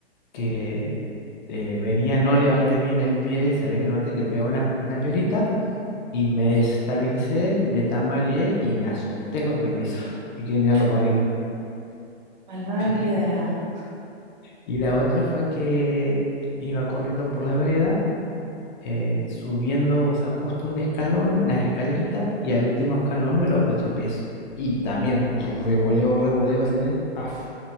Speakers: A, on the left; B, on the right.
A: que eh, venía, no levanté bien el pie, se ve que no levanté, le pegó una, una piedrita y me destabilicé, me tambaleé y me azoté contra el piso <laughs> y quedé mirando
B: Chu,
A: para arriba.
B: Malvada piedra.
A: Y, y la otra fue que iba corriendo por la vereda, eh, subiendo, o sea, justo un escalón, una escalerita, y al último escalón me lo, lo tropiezo. Y también revoleo, revoleo así el ¡paf!